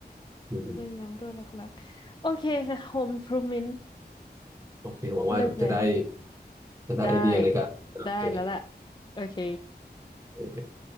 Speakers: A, on the right; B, on the left.
A: อืม
B: เรื่องน้ำรั่วหลักๆโอเคค่ะ Home Improvement
A: โอเคหวังว่าจะได้
B: เลิศแล้ว
A: จะได้ไอเดียในการโอเค
B: ได้ได้แล้วล่ะโอเค
A: โอเค